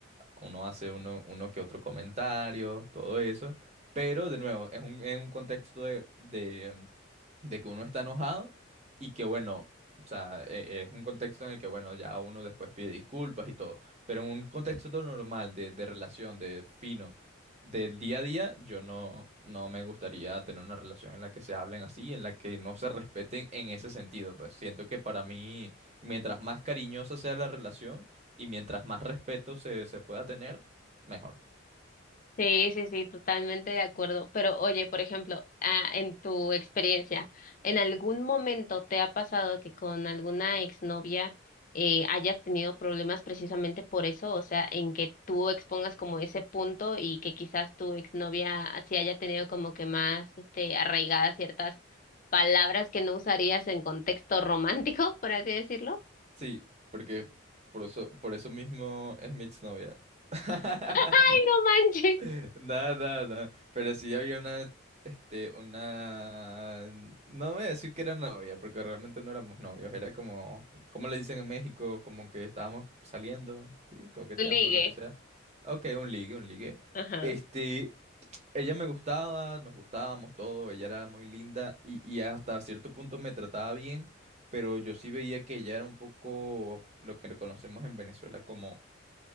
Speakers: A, on the right; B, on the left.
A: uno hace uno, uno que otro comentario, todo eso, pero de nuevo, es un, es un contexto de, de, de que uno está enojado y que bueno, o sea, e- es un contexto en el que bueno, ya uno después pide disculpas y todo, pero en un contexto todo normal de, de relación, de fino, del día a día, yo no, no me gustaría tener una relación en la que se hablen así, en la que no se respeten en ese sentido, pues siento que para mí, mientras más cariñosa sea la relación, y mientras más respeto se, se pueda tener, mejor.
B: Sí, sí, sí, totalmente de acuerdo. Pero oye, por ejemplo, ah, en tu experiencia, ¿en algún momento te ha pasado que con alguna exnovia eh, hayas tenido problemas precisamente por eso? O sea, en que tú expongas como ese punto y que quizás tu exnovia así haya tenido como que más este, arraigadas ciertas palabras que no usarías en contexto <laughs> romántico, por así decirlo.
A: Sí, porque por eso, por eso mismo es mi exnovia. <laughs>
B: ¡Ay, no manches!
A: Nada, nada, nada. Pero sí había una, este, una... No voy a decir que era novia, porque realmente no éramos novios. Era como, como le dicen en México, como que estábamos saliendo, sí, coqueteando,
B: Tu ligue.
A: lo que sea. Ok, un ligue, un ligue.
B: Ajá.
A: Este, Ella me gustaba, nos gustábamos todo, ella era muy linda y, y hasta cierto punto me trataba bien, pero yo sí veía que ella era un poco lo que conocemos en Venezuela como